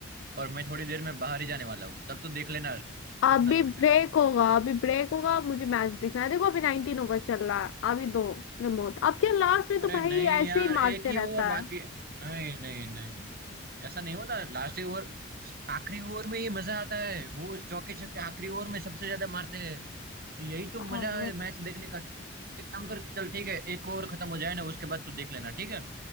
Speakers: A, on the right; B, on the left.
A: और मैं थोड़ी देर में बाहर ही जाने वाला हूँ तब तू देख लेना
B: अभी
A: जितना देखना
B: ब्रेक
A: है ठीक
B: होगा
A: है
B: अभी ब्रेक होगा मुझे मैच देखना है देखो अभी 19 ओवर चल रहा है अभी दो रिमोट अब क्या लास्ट में तो
A: अरे
B: भाई
A: नहीं
B: ऐसे
A: यार
B: ही
A: एक
B: मारते
A: ही ओवर
B: रहता
A: बाकी
B: है
A: है। नहीं नहीं नहीं नहीं नहीं ऐसा नहीं होता लास्ट ओवर आखिरी ओवर में ये मजा आता है वो चौके छक्के आखिरी ओवर में सबसे ज्यादा मारते हैं तो यही तो
B: हाँ
A: मजा है मैच देखने का एक काम कर चल ठीक है एक ओवर खत्म हो जाए ना उसके बाद तू देख लेना ठीक है